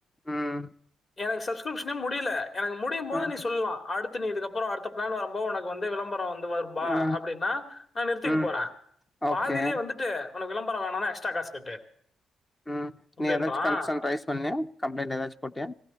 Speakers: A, on the left (about 15°); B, on the left (about 35°).
A: ம்
B: எனக்கு சப்ஸ்கிரிப்ஷனே முடில எனக்கு முடியு போது
A: ஆ
B: நீ சொல்லா அடுத்து நீ இதுக்கப்றோ அடுத்த பிளான் வரும்போது உனக்கு வந்து விளம்பரோ வந்து இந்தமாரி ப்பா
A: ஆ
B: அப்டின்னா நா நிறுத்திக்க
A: ம்
B: போறே
A: ஓகே
B: பாதிலே வந்துட்டு உனக்கு விளம்பரோ வேணானா எக்ஸ்ட்ரா காசு கட்டு
A: ம்
B: அப்டின்றான்.
A: நீ ஏதாச்சு கன்சன் ரைஸ் பண்ணியா கம்ப்ளைண்ட் ஏதாச்சு போட்டியா